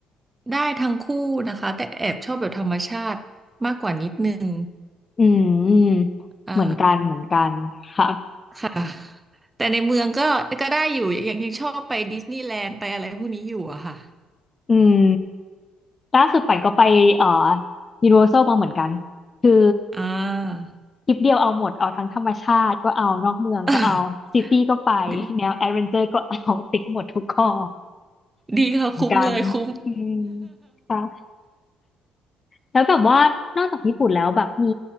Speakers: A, on the right; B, on the left.
A: ได้ทั้งคู่นะคะแต่แอบชอบแบบธรรมชาติมากกว่านิดนึง
B: อืมเหมือนกันเหมือนกันค่ะ
A: อ่า ค่ะแต่ในเมืองก็ก็ได้อยู่ยังยังชอบไปดิสนีย์แลนด์ไปอะไรพวกนี้อยู่อะค่ะ
B: อืมล่าสุดปันก็ไปเอ่อ u n i v e r s ซ l มาเหมือนกันคือ
A: อ่า
B: ทริปเดียวเอาหมดเอาทั้งธรรมชาติก็เอานอกเมืองก็เอาซิตี้ก็ไปแนวแอดเวนเจอร์ก็เอาติ๊กหมดทุกข้อ
A: <laughs> ดีดีค่ะคุ้มเลยคุ้ม
B: เหมือนกันอืมค่ะแล้วแบบว่านอกจากญี่ปุ่นแล้วแบบมี